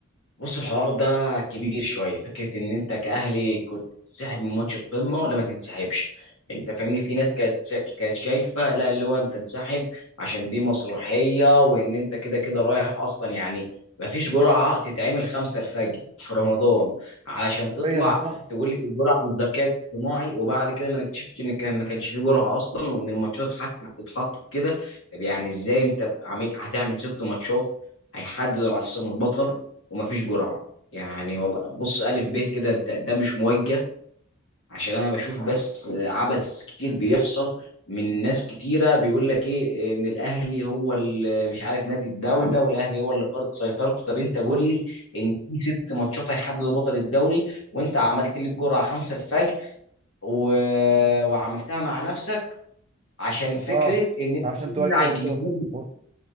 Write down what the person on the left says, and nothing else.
بص الحوار ده كبير شويه فكره ان انت كاهلي كنت تنسحب من ماتش القمه ولا ما تنسحبش يعني انت فاهمني في ناس كانت سا- كانت شايفه لا اللي هو انت انسحب عشان دي مسرحيه وان انت كده كده رايح اصلا يعني ما فيش جرعه تتعمل خمسة الفجر في رمضان علشان تطلع
تقول لي الجرعه بالذكاء الاصطناعي وبعد كده ما نكتشفش ان كان ما كانش في جرعه اصلا وان الماتشات حتى بتتحط كده طب يعني ازاي انت عامل هتعمل ست ماتشات هيحددوا على اساسهم البطل ومفيش جرعه يعني والله بص الف ب كده انت ده مش موجه عشان انا بشوف بس عبث كتير بيحصل من ناس كتيره بيقول لك ايه ان الاهلي هو اللي مش عارف نادي الدوله والاهلي هو اللي فرض سيطرته طب انت
قول لي ان في ست ماتشات هيحددوا بطل الدوري وانت عملت لي الجرعه 5 الفجر و... وعملتها مع نفسك عشان فكره
ان انت
تمنع الجمهور